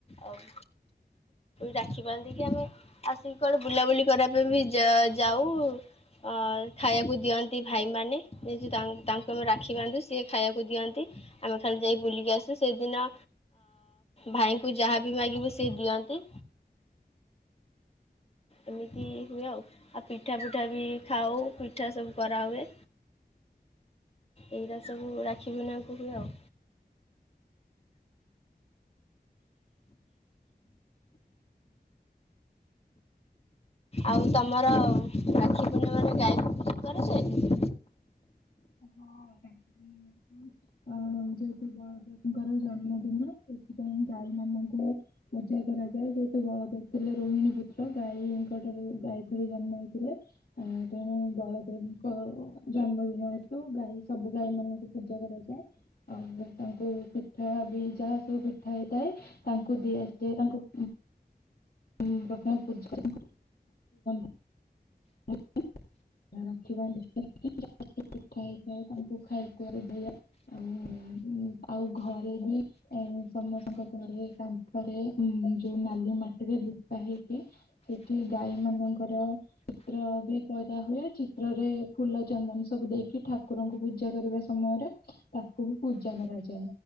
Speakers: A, on the left; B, on the left.
A: ଆଉ ରାଖି ବାନ୍ଧି କି ଆମେ ଆସିକି କୁଆଡେ ବୁଲାବୁଲି କରିବା ପାଇଁ ବି ଯାଉ। ଅ ଖାଇବାକୁ ଦିଅନ୍ତି ଭାଇମାନେ। ତାଙ୍କୁ ଆମେ ରାକ୍ଷୀ ବାନ୍ଧୁ ସିଏ ଖାଇବାକୁ ଦିଅନ୍ତି ଆମେ ଖାଲି ଯାଇ ବୁଲିକି ଆସୁ ସେଦିନ ଭାଇଙ୍କୁ ଯାହାବି ମାଗିବୁ ସେ ଦିଅନ୍ତି। ଏମିତି ହୁଏ ଆଉ ଆଉ ପିଠା ଫିଠା ବି ଖାଉ ପିଠା ସବୁ କରାହୁଏ।
B: <inaudible>
A: ଏଇରା ସବୁ ରାକ୍ଷୀ ବିନାକୁ ହୁଏ ଆଉ। ଆଉ ତମର ରାକ୍ଷୀ ପୂର୍ଣ୍ଣିମା ମାନେ ଗାଈକୁ ପୂଜା କରାଯାଏ।
B: ହଁ ରାକ୍ଷୀ ପୂର୍ଣ୍ଣିମା। <unintelligible> ଯେହେତୁ ବଳଦେବଙ୍କର ଜନ୍ମଦିନ ସେଥିପାଇଁ ଗାଈ ମାନଙ୍କୁ ପୂଜା କରାଯାଏ ଯୋତ ବଳଦେବ ଥିଲେ ରୋହିଣୀ ପୁତ୍ର ଗାଈଙ୍କ ଠାରୁ ଗାଈ ରେ ଜନ୍ମ ହେଇଥିଲେ। ଆ ତେଣୁ ବଳଦେବଙ୍କ ଜନ୍ମଦିନ ତ ଗାଈ ସବୁ ଗାଈ ମାନଙ୍କୁ ପୂଜା କରାଯାଏ। ଆଉ ତାଙ୍କୁ ପିଠା ବି ଯାହା ସବୁ ପିଠା ହେଇଥାଏ ତାଙ୍କୁ ଦିଆଯାଏ ତାଙ୍କୁ ହଁ ପ୍ରଥମେ ପୂଜା <unintelligible> <unintelligible> ପିଠା ହେଇଥାଏ ତାଙ୍କୁ ଖାଇବାକୁ ଦିଏ ଆଉ ଆଉ ଘରେ ବି ଏ ସମସ୍ତଙ୍କ ଘରେ କାନ୍ଥରେ ଯୋଉ ନାଲି ମାଟିରେ <unintelligible> ହେଇକି। ସେଠି ଗାଈ ମାନଙ୍କର ଚିତ୍ର ବି କରା ହୁଏ ଚିତ୍ରରେ ଫୁଲ ଚନ୍ଦନ ସବୁ ଦେଇକି ଠାକୁରଙ୍କୁ ପୂଜା କରିବା ସମୟରେ ତାକୁ ପୂଜା କରାଯାଏ।